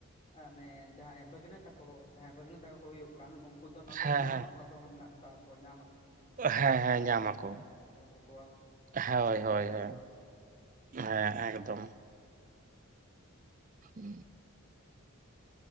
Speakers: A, on the left; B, on the right.
A: ᱟᱱᱮ ᱡᱟᱦᱟᱸᱭ ᱵᱷᱟᱹᱜᱽᱱᱟᱹ ᱛᱟᱠᱚ ᱡᱟᱦᱟᱸᱭ ᱵᱷᱟᱹᱜᱽᱱᱟᱹ ᱛᱟᱠᱚ ᱠᱚ ᱦᱩᱭᱩᱜ ᱠᱟᱱ ᱠᱩ ᱫᱚ ᱱᱚᱸᱰᱮ
B: ᱦᱮᱸ
A: ᱦᱚᱸ
B: ᱦᱮᱸ
A: ᱥᱟᱫᱚᱢ ᱨᱮᱱᱟᱜ ᱫᱟᱣ ᱠᱚ ᱧᱟᱢᱟ ᱾
B: ᱦᱮᱸ ᱦᱮᱸ ᱧᱟᱢ ᱟᱠᱚ,
A: ᱛᱟᱠᱚᱣᱟ
B: ᱦᱳᱭ
A: ᱟᱵᱚ
B: ᱦᱳᱭ
A: ᱠᱚᱥᱟᱭ
B: ᱦᱳᱭ
A: ᱠᱚᱣᱟᱜ
B: ᱾ ᱦᱮᱸ ᱮᱠᱫᱚᱢ ᱾
A: <inaudible>
B: ᱦᱩᱸ ᱾